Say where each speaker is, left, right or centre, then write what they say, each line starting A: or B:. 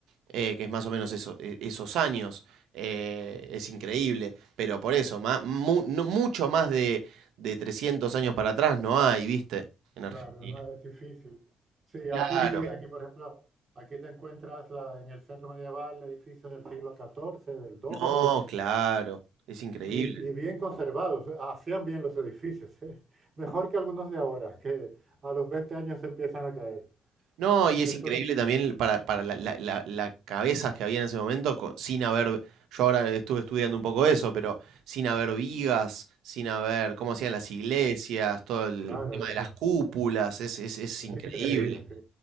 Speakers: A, on the right; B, on the right.
A: eh, que es más o menos eso- e- esos años. eh, es increíble, pero por eso, ma- mu- no- mucho más de, de 300 años para atrás no hay, ¿viste? En
B: claro,
A: Argentina.
B: es más, es difícil. Sí,
A: Claro,
B: aquí sí, aquí por ejemplo, aquí te encuentras la, en el centro medieval edificios del siglo XIV, del XII,
A: no, claro, es increíble.
B: Y, y bien conservados, eh, hacían bien los edificios, ¿eh? Mejor que algunos de ahora, que a los 20 años se empiezan a caer.
A: No, y es
B: Esto
A: increíble
B: es,
A: también para, para la, la- la- la cabezas que había en ese momento, co- sin haber, yo ahora estuve estudiando un poco eso, pero sin haber vigas, sin haber cómo hacían las iglesias, todo el
B: claro,
A: tema
B: es,
A: de las cúpulas, es, es, es
B: es
A: increíble.
B: increíble, sí.